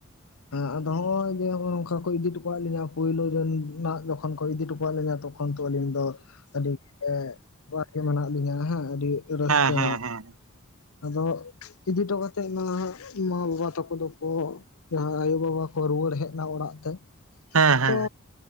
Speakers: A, on the left; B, on the right.
A: ᱦᱮᱸ ᱟᱫᱚ ᱦᱚᱸᱜ-ᱚᱭ ᱡᱮ ᱦᱚᱸᱜᱼᱚᱭ ᱱᱚᱝᱠᱟ ᱠᱚ ᱤᱫᱤ ᱦᱚᱴᱚ ᱠᱟᱜ ᱞᱤᱧᱟ ᱯᱳᱭᱞᱳ ᱡᱚ ᱱᱟᱜ ᱡᱚᱠᱷᱚᱱ ᱠᱚ ᱤᱫᱤ ᱦᱚᱴᱚ ᱠᱟᱜ ᱞᱤᱧᱟ ᱛᱚ ᱠᱷᱚᱱ ᱛᱚ ᱟᱞᱤᱧ ᱫᱚ ᱟᱹᱰᱤ <inaudible> ᱜᱮ ᱢᱮᱱᱟᱜ ᱞᱤᱧᱟᱹ ᱦᱮᱸ ᱟᱹᱰᱤ ᱨᱟᱹᱥᱠᱟᱹ
B: ᱦᱮᱸ ᱦᱮᱸ
A: ᱧᱚᱜ᱾
B: ᱦᱮᱸ
A: ᱟᱫᱚ ᱤᱫᱤ ᱦᱚᱴᱚ ᱠᱟᱛᱮᱫ ᱱᱟᱦᱟᱜ ᱢᱟ ᱵᱟᱵᱟ ᱛᱟᱠᱚ ᱫᱚᱠᱚ ᱡᱟᱦᱟᱭ ᱟᱭᱳ ᱵᱟᱵᱟ ᱠᱚ ᱨᱩᱣᱟᱹᱲ ᱦᱮᱡᱱᱟ ᱚᱲᱟᱜ ᱛᱮ᱾
B: ᱦᱮᱸ ᱦᱮᱸ
A: ᱛᱚ